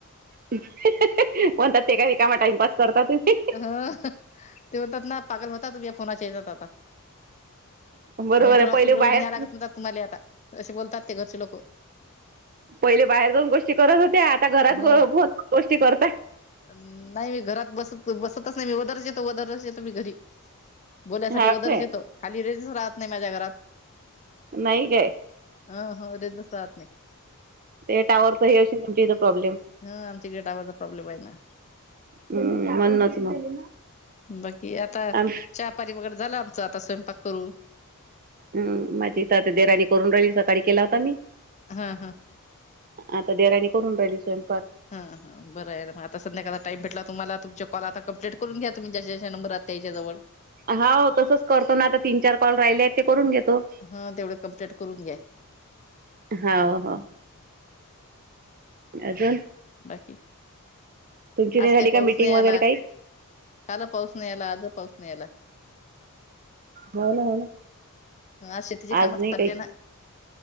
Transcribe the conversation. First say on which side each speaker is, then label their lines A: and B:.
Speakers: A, on the right; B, on the left.
A: हि-ही-ही म्हणतात ते का रीकामा टाइमपास करता तुम्ही
B: ह-हह. ते म्हणतात ना पागल होतात तुम्ही या फोनाच्या हेज्यात आता.
A: बरोबर
B: मेंटल
A: आहे
B: हॉस्पिटलमध्ये
A: पहिले बाहेर
B: न्याय लागत तुम्हाले आता असे बोलतात ते घरचे लोक
A: पहिले बाहेर जाऊन गोष्टी करत होत्या आता
B: ह
A: घरात गोष्टी करत
B: नाही मी घरात बसत बसतच नाही मी वदरच येतो वदरच येतो मी घरी बोलन्यासाठी
A: हा
B: वदरच
A: काय
B: येतो खाली रेंजच राहत नाही माझ्या घरात
A: नाही काय
B: <unintelligible> सात नाही
A: ते टॉवर च हे अश तुमच्या इथं प्रॉब्लेम
B: ह आमच्या गेटावरचा प्रॉब्लेम हाय ना
A: हम्म म्हणूनच मग
B: बकी आता
A: आम
B: चहापानी वगैरे झालं आमचं आता स्वयंपाक करू
A: हम् माझी इथ देवराणी करून राहिली सकाळी केला होता मी
B: हा हा
A: आता देवराणी करून राहिली स्वयंपाक
B: हा ह बरं ये म आता संध्याकाळच टाईम भेटला तुम्हाला तुमचे कॉल आता कंप्लीट करून घ्या तुम्ही जेचे नंबर आत्याआई च्या जवळ
A: हाव तसंच करतो ना आता तीन-चार कॉल राहिले आहेत ते करून घेतो
B: हा तेवढं कंमप्लीट करून घ्या
A: हाव हो अजून
B: बाकी
A: तुमची नाही
B: आज
A: झाली
B: काही
A: का
B: पाऊस
A: मीटिंग
B: नाही
A: वगैरे
B: आला
A: काही
B: काल पाऊस नाही आला आज पाऊस नाही आला
A: हो ना हो ना
B: ह शेतीचे
A: आज
B: काम
A: नाही
B: चालले
A: काहीच
B: ना